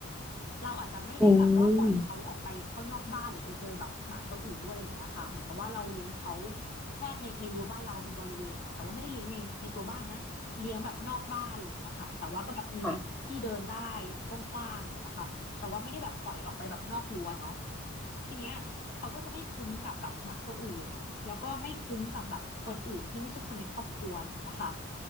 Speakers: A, on the left; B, in the centre.
A: เราอาจจะไม่ได้แบบว่าปล่อยเขาออกไปข้างนอกบ้านหรือไปเจอแบบหมาตัวอื่นด้วยอะไรเงี้ยค่ะเหมือนกับว่าเราเลี้ยงเขา
B: อืม
A: แค่ในในรั้วบ้านเราเป็นบริเวณนะคะแต่ว่าไม่ได้เลี้ยงในในตัวบ้านนะเลี้ยงแบบนอกบ้านอะไรเงี้ยค่ะแต่ว่าก็แบบมีที่เดินได้กว้างๆอะไรเงี้ยค่ะแต่ว่าไม่ได้แบบปล่อยออกไปแบบนอกรั้วเนาะ
B: ค่ะ
A: ทีเนี้ยเขาก็จะไม่คุ้นกับแบบหมาตัวอื่น แล้วก็ไม่คุ้นกับแบบคนอื่นที่ไม่ใช่คนในครอบครัวอะไรอย่างเงี้ยค่ะ